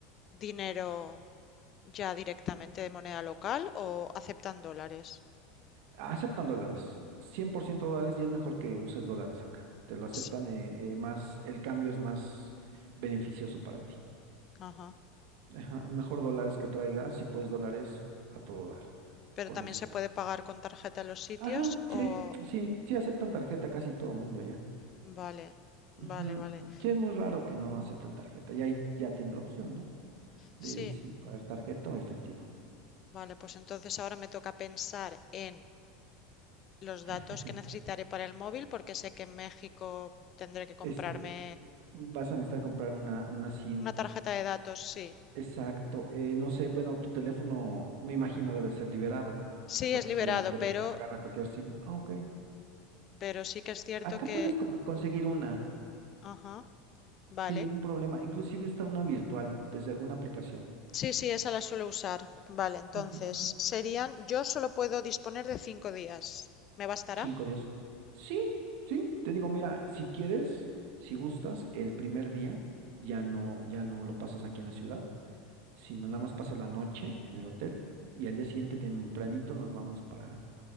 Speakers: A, on the left; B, on the right.
A: dinero ya directamente de moneda local o aceptan dólares?
B: Aceptan dólares, 100% dólares y es mejor que uses dólares acá. Te lo aceptan
A: Ts,
B: eh, eh, más, el cambio es más beneficioso para ti.
A: Ajá.
B: Ajá, es mejor dólares que traigas, si puedes dólares, a todo dar,
A: Pero
B: con
A: también
B: eso.
A: se puede pagar con tarjeta en los sitios
B: Ajá,
A: o...
B: sí, sí, sí aceptan tarjeta casi todo el mundo ya.
A: Vale, vale,
B: Ujú,
A: vale.
B: Sí, es muy raro que no acepten tarjeta y ahí ya tienes la opción, ¿no? De
A: Sí,
B: si pagar tarjeta o efectivo.
A: vale, pues entonces ahora me toca pensar en los
B: <laughs>
A: datos que necesitaré para el móvil porque sé que en México tendré que comprarme
B: Este, vas a necesitar comprar una, una SIM
A: una tarjeta de datos, sí.
B: Exacto. eh, no sé, bueno, tu teléfono me imagino debe ser liberado.
A: Sí,
B: O sea,
A: es liberado,
B: ya puede
A: pero,
B: ca- agarrar cualquier SIM. Ah, ok.
A: pero sí que es cierto
B: Acá
A: que...
B: puedes con- conseguir una
A: Ajá, vale.
B: sin ningún problema. Inclusive está una virtual desde alguna aplicación.
A: Sí, sí, esa la suelo usar. Vale, entonces
B: Ujú,
A: serían... Yo solo puedo disponer de cinco días. ¿Me bastará?
B: Cinco días. Sí, sí. Te digo, mira, si quieres, si gustas, el primer día ya no, ya no lo pasas aquí en la ciudad, sino nada más pasas la noche en el hotel y al día siguiente tempranito nos vamos para,